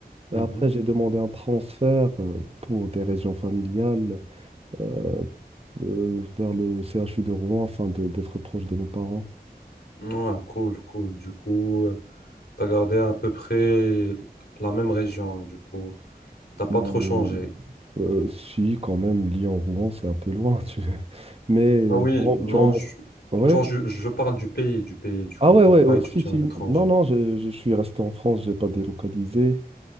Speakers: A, on the right; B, on the left.
A: Et
B: Mhm.
A: après, j'ai demandé un transfert euh, pour des raisons familiales euh, euh, vers le CHU de Rouen afin de- d'être proche de mes parents.
B: Ah, cool, cool. Du coup. euh, T'as gardé à peu près la même région, du coup. T'as pas
A: Euh,
B: trop changé.
A: euh, si, quand même, Lyon-Rouen, c'est un peu loin. tu- <laughs> Mais
B: Ah oui,
A: durant,
B: non,
A: durant
B: je-
A: mon... Ouais.
B: genre, je, je parle du pays, du pays, du coup.
A: Ah ouais,
B: T'as
A: ouais,
B: pas
A: oh,
B: étudié
A: si, si.
B: à l'étranger.
A: Non, non, je, je suis resté en France, j'ai pas délocalisé.